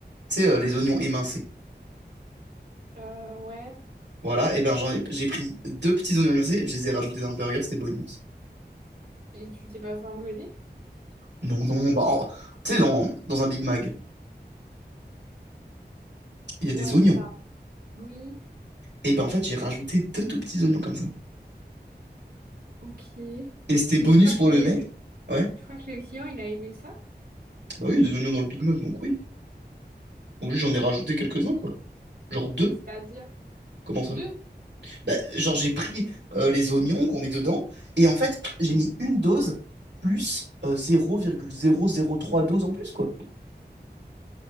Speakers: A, on the right; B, on the right.
A: tu sais, euh, les oignons émincés.
B: Euh, ouais.
A: Voilà, et ben j'en ai- j'ai pris deux petits oignons épicés, je les ai rajoutés dans le burger, c'était bonus.
B: Et tu t'es pas fait engueuler?
A: Non, non, bah, en- tu sais, dans, dans un Big Mac, il y a des
B: Ouais, mais
A: oignons.
B: ça... Oui,
A: Et ben en fait, j'ai rajouté deux tout petits oignons comme ça.
B: ok.
A: Et c'était
B: Mais
A: bonus
B: je crois que
A: pour
B: les...
A: le mec.
B: le-
A: Ouais,
B: je crois que le client, il a aimé ça.
A: bah oui, il y a des oignons dans le Big Mac, donc oui.
B: Ok.
A: Donc juste, j'en ai rajouté quelques-uns, quoi. Genre deux,
B: Et c'est-à-dire
A: comment ça?
B: deux.
A: Bah, genre, j'ai pris euh, les oignons qu'on met dedans, et en fait, j'ai mis une dose plus euh, zéro virgule zéro zéro trois doses en plus, quoi.